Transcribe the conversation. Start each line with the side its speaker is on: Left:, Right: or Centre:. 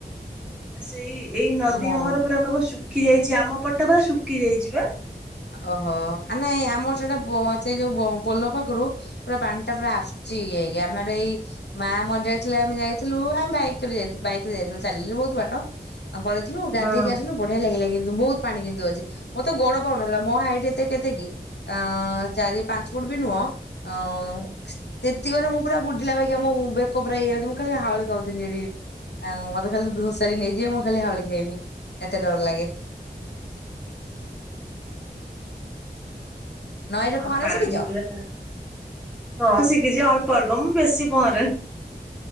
Centre: ସେଇ ଏଇ ନଦୀ
Left: ଆମ
Centre: ଆମର ପୁରା କବ ଶୁଖି ଯାଇଛି ଆମ ପଟ ପୁରା ଶୁଖିଯାଇଛି ବା।
Left: ଓହୋ ଆ ନାଇଁ ଆମର ସେଇଟା ବ ସେଇଟା ଯୋଉ ପୋଲ ପାଖରୁ ପୁରା ପାଣିଟା ପୁରା ଆସୁଛି ଇଏ ହେଇକି ଆମର ଏଇ ମା ମରିଯାଇଥିଲେ ଆମେ ଯାଇଥିଲୁ ଆମେ ବାଇକ ରେ ଯାଇଥିଲୁ ବାଇକରେ ଯାଇଥିଲୁ ଚାଲିଲେ ବହୁତ ବାଟ। ପଳେଇଥିଲୁ ଗାଧେଇକି
Centre: ହଁ
Left: ଆସିଲୁ ବଢିଆ ଲାଗିଲା କିନ୍ତୁ ବହୁତ୍ ପାଣି କିନ୍ତୁ ଅଛି ମୋର ତ ଗୋଡ କଣ ହେଲା ମୋ ହାଇଟ୍ ଏତେ କେତେ କି ଆ ଚାରି ପାଞ୍ଚ ଫୁଟ ବି ନୁହଁ ଅଁ ସେତିକରେ ମୁଁ ପୁରା ବୁଡିଲା ବୁଡ଼ିଲା ବାଗିଆ ମୋ ବେକ ପୁରା ଇଏ ହେଇଯାଉଚି, ମୁଁ ଖାଲିି ହାଉଳି ଖାଉଥିଲି ଏଠି। ଆଉ ମତେ ଖାଲି ଘୋଷାରି ନେଇଯିବେ ମୁଁ ଖାଲି ହାଉଳିକି ଆଇବି ଏତେ ଡର ଲାଗେ। ନଈରେ
Centre: ଆଉ
Left: ପହଁରା
Centre: ପାଣି
Left: ସିକିଚ?
Centre: ପୁରା ହଁ ଶଖିଛି ଅଳ୍ପ ଅଳ୍ପ ମୁଁ ବେଶୀ ପହଁରେ